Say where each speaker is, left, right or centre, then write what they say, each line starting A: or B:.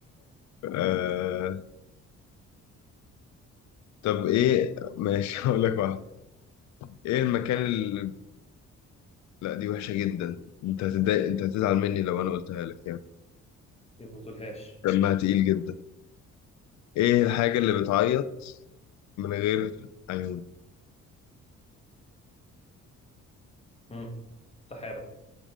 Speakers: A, on the left; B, on the left.
A: آه طب ايه ماشي <laughs> هقول لك واحد ايه المكان اللي لا دي وحشة جدا انت هتتضايق انت هتزعل مني لو انا قلتها لك يعني
B: يبوظولهاش
A: دمها تقيل جدا ايه الحاجة اللي بتعيط من غير عيون
B: امم سحابة